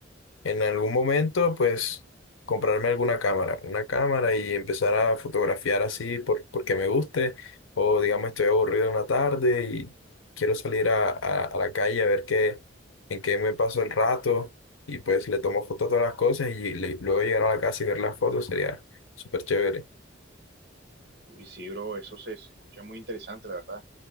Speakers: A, on the left (about 90°); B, on the right (about 55°).
A: en algún momento, pues, comprarme alguna cámara, una cámara y empezar a fotografiar así por- porque me guste, o digamos, estoy aburrido una tarde y quiero salir a, a- a la calle a ver qué, en qué me paso el rato, y pues le tomo fotos a todas las cosas y le- luego llegar a la casa y ver las fotos sería súper chévere.
B: Y sí, bro, eso se se escucha muy interesante, la verdad.